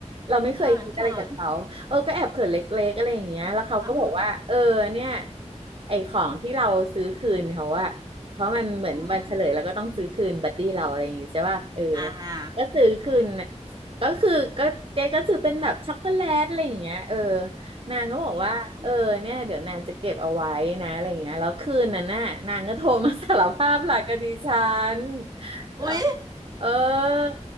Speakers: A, on the right; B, on the right.
A: เราไม่เคยคิดอะไรกับเขาเออก็แอบเขินเล็กๆอะไรอย่างเงี้ยแล้วเขาก็บอกว่าเออเนี่ย
B: เขินเขินอ่าฮะ
A: ไอของที่เราซื้อคืนเขาอะเพราะมันเหมือนวันเฉลยเราก็ต้องซื้อคืนบัดดี้เราอะไรอย่างงี้ใช่ป่ะเออ
B: อืมอ่าฮะ
A: ก็ซื้อคืนน่ะก็คือก็เจ๊ก็ซื้อเป็นแบบช็อกโกแลตอะไรอย่างเงี้ยเออนางก็บอกว่าเออเนี่ยเดี๋ยวนางจะเก็บเอาไว้นะอะไรอย่างเงี้ยแล้วคืนนั้นน่ะนางก็โทรมาสารภาพหลักกับดิฉัน
B: อืมอุ๊ย
A: แล้วเออ